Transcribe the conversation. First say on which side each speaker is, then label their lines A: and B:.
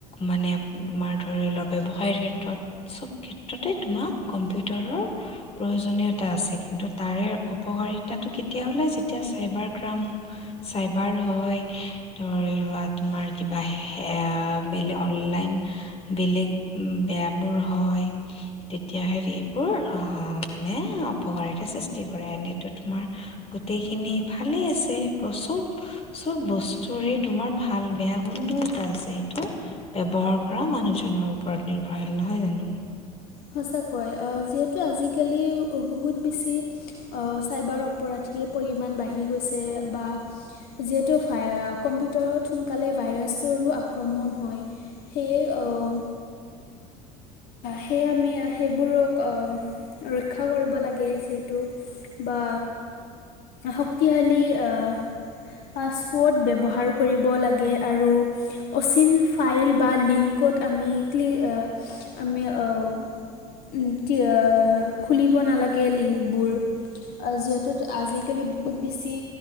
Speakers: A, on the left (about 25°); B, on the left (about 50°).
A: মানে তোমাৰ ধৰি লোৱা ব্যৱসায়ৰ ক্ষেত্ৰত। সব ক্ষেত্ৰতে তোমাৰ কম্পিউটাৰৰ প্ৰয়োজনীয়তা আছে। কিন্তু তাৰে অপকাৰিতাটো কেত কেতিয়া ওলায় যেতিয়া চাইবাৰ ক্ৰাইম, চাইবাৰ হয় ধৰি লোৱা, তোমাৰ কিবা সেয়া বেলে অনলাইন বেলেগ বেয়াবোৰ হয় তেতিয়াহে এইবোৰ আহ মানে অপকাৰিতা সৃষ্টি কৰে, এনেতো তোমাৰ গোটেইখিনি ভালে আছে। সব সব বস্তুৰে তোমাৰ ভাল, বেয়া গুণ দুয়োটা আছে, সেইটো ব্যৱহাৰ কৰা মানুহজনৰ ওপৰত নিৰ্ভৰশীল নহয় জানো?
B: সঁচাকৈ, অহ যিহেতু আজিকালি বহুত বেছি অহ চাইবাৰ অপ অপৰাধীৰ পৰিমাণ বাঢ়ি গৈছে বা যিহেতু ভাই কম্পিউটাৰত সোনকালে ভাইৰাছৰো আক্ৰমণ হয়। সেয়ে অহ সেয়ে আমি সেইবোৰক অহ ৰক্ষা কৰিব লাগে যিহেতু বা শক্তিশালী আহ পাছৱ'ৰ্ড ব্যৱহাৰ কৰিব লাগে আৰু অচিন ফাইল বা লিংকত আমি ক্লিক অ' আমি অহ-টি-অ', খুলিব নালাগে লিংকবোৰ। যিহেতু আজিকালি বহুত বেছি